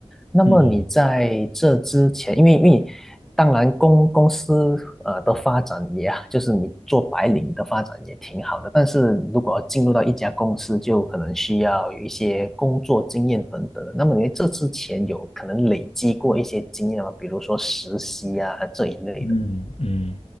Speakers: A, in the centre; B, on the left.
A: 那么你在这之前，
B: 嗯
A: 因为因为当然公公司呃的发展也，就是你做白领的发展也挺好的，但是如果要进入到一家公司，就可能需要有一些工作经验等等的。那么你在这之前有可能累积过一些经验吗？比如说实习啊这一类的。
B: 嗯嗯